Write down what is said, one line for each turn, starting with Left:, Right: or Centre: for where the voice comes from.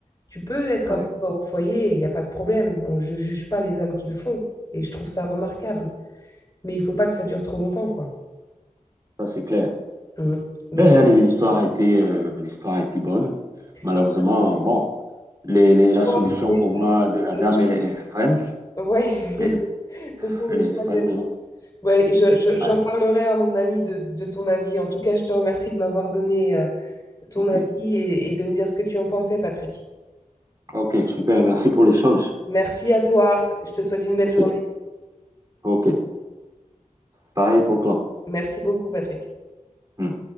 Left: Tu peux être
Right: ouais,
Left: un peu au foyer, il n'y a pas de problème. On- je ne juge pas les hommes qui le font. Et je trouve ça remarquable. Mais il faut pas que ça dure trop longtemps, quoi.
Right: ça c'est clair.
Left: Mm. Donc,
Right: Ben, allez, l'histoire a été, euh, l'histoire a été bonne. Malheureusement,
Left: et
Right: bon, les,
Left: les
Right: les- la
Left: choix,
Right: solution
Left: les-
Right: pour moi de la
Left: les
Right: dame,
Left: cho-
Right: elle est extrême.
Left: ouais, <laughs>
Right: Mais pff,
Left: ce sont les
Right: elle est
Left: choix
Right: extrême,
Left: de vie.
Right: mais bon.
Left: Ouais, et je- je- j'en
Right: Ouais,
Left: parlerai à mon ami de, de ton avis. En tout cas, je te remercie de m'avoir donné euh, ton
Right: ok.
Left: avis et, et de me dire ce que tu en pensais, Patrick.
Right: Ok, super, merci pour l'échange.
Left: Merci à toi. Je te souhaite une belle
Right: Ok,
Left: journée.
Right: ok. Pareil pour toi.
Left: Merci beaucoup, Patrick.
Right: Hmm.